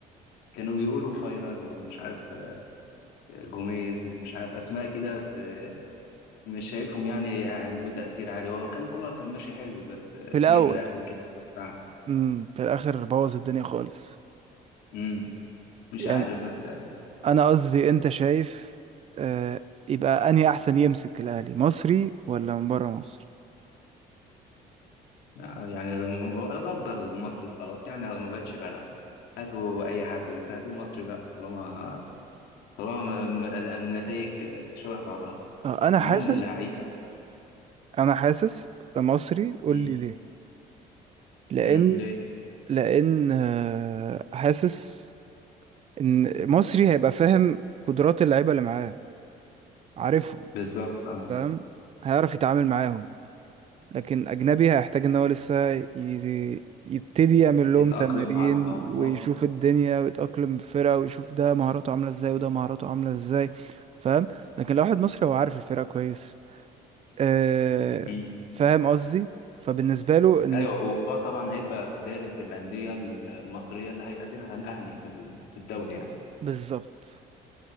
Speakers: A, on the left; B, on the right.
A: كانوا بيقولوا فايلر ومش عارف آه، جوميز ومش عارف أسماء كده بس آه، مش شايفهم يعني هيعملوا تأثير عالي هو كان كولر كان ماشي حلو بس آه،
B: في الاول
A: جه في الآخر كده وخد ساعة
B: امم في الاخر بوظ الدنيا خالص
A: مم. مش
B: يعني
A: عارف بس
B: انا قصدي انت شايف آه يبقى انهي احسن يمسك الاهلي مصري ولا من بره مصر
A: لا يعني الم- الافضل المصري وخلاص يعني ما بقتش فارقه هاتوا اي حد بس هاتوا مصري بقى طالما طالما م- م- النتائج شبه بعضها
B: آه انا
A: المهم
B: حاسس
A: اللعيبه
B: انا حاسس مصري قول
A: امم
B: لي ليه لان
A: امم ليه
B: لان آه حاسس ان مصري هيبقى فاهم قدرات اللعيبه اللي معاه عارفهم
A: بالظبط اه
B: فاهم هيعرف يتعامل معاهم لكن أجنبي هيحتاج إن هو لسه ي- يبتدي يعمل لهم
A: يتاقلم
B: تمارين
A: مع الموضوع
B: ويشوف الدنيا ويتأقلم في فرقة ويشوف ده مهاراته عاملة إزاي وده مهاراته عاملة إزاي فاهم لكن لو واحد مصري هو عارف الفرقة كويس آه
A: امم
B: فاهم قصدي فبالنسبة له إن
A: ايوه وطبعا هيبقى دارس الانديه المصريه اللي هيقابلها الاهلي في ال- في الدوري يعني
B: بالظبط